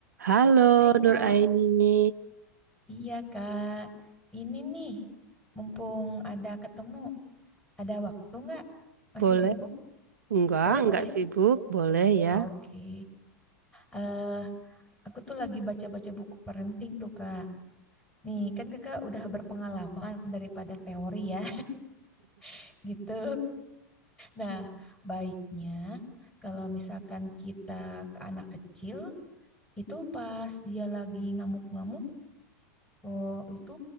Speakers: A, on the right; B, in the centre.
A: Halo
B: Hai
A: Nur
B: Kak,
A: Aini,
B: iya Kak, ini nih, mumpung ada ketemu, ada waktu nggak? Masih
A: boleh?
B: sibuk?
A: Enggak,
B: Boleh,
A: enggak
B: boleh.
A: sibuk, boleh ya.
B: Oke, eh aku tuh lagi baca-baca buku parenting tuh Kak. Nih, kan Kakak udah berpengalaman daripada teori ya, <laughs> gitu. Nah, baiknya kalau misalkan kita ke anak kecil, itu pas dia lagi ngamuk-ngamuk, oh itu